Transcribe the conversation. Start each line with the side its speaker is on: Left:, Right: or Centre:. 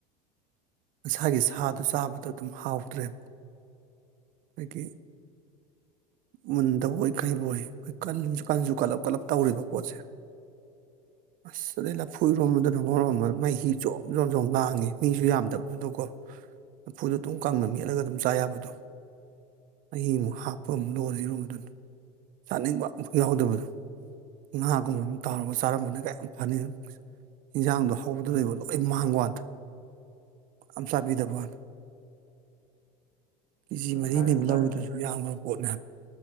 Right: ꯃꯁꯥꯒꯤ ꯁꯥꯗꯨꯣ ꯆꯥꯕꯗꯣ ꯑꯗꯨꯝ ꯍꯥꯎꯗ꯭ꯔꯦꯕ ꯑꯩꯗꯒꯤ ꯃꯨꯟꯗꯕ ꯑꯣꯏ ꯀꯩꯕꯨ ꯑꯣꯏ ꯑꯩꯈꯣꯏ ꯀꯟꯁꯨ ꯀꯟꯁꯨ ꯀꯜꯂꯞ ꯀꯂꯞ ꯇꯧꯔꯤꯕꯀꯣ ꯄꯣꯁꯦ
Left: <inaudible>
Right: ꯑꯁ ꯑꯗꯩ ꯂꯐꯨꯔꯣꯝꯝꯕꯗꯨꯅ ꯉꯔꯣꯝꯕ ꯃꯍꯤꯖꯣꯝ ꯖꯣꯝ ꯣꯝ ꯂꯥꯡꯉꯦ ꯃꯤꯁꯨ ꯌꯥꯝꯗꯕꯗꯨꯅꯀꯣ ꯂꯐꯨꯗꯣ ꯑꯗꯨꯝ ꯀꯪꯅ ꯃꯦꯠꯂꯒ ꯑꯗꯨꯝ ꯆꯥ ꯌꯥꯕꯗꯣ ꯑꯩꯃꯨꯛ ꯍꯥꯞꯄ ꯑꯃ ꯂꯣꯁꯤꯔꯣꯝꯗꯅ ꯆꯥꯅꯤꯡꯕ ꯑꯃꯝꯛ ꯌꯥꯎꯗꯕꯗꯣ ꯉꯥꯒꯨꯝꯕ ꯑꯃ ꯇꯥꯎꯔꯒ ꯆꯥꯔꯝꯕꯅ ꯀꯌꯥꯝ ꯐꯅꯤ ꯌꯦꯟꯖꯥꯡꯗꯣ ꯍꯧꯕꯗ ꯂꯩꯕ ꯂꯣꯏ ꯃꯥꯡꯕ ꯋꯥꯗ ꯑꯝꯁꯥꯕꯤꯗꯕꯜ
Left: <inaudible>
Right: ꯀꯦꯖꯤ
Left: ꯐꯔꯦ
Right: ꯃꯔꯤꯅꯤꯃꯤ
Left: ꯐꯔꯦ
Right: ꯂꯧꯔꯤꯗꯗꯨꯁꯨ ꯌꯥꯝꯕ ꯄꯣꯠꯅꯦ ꯍꯥꯏ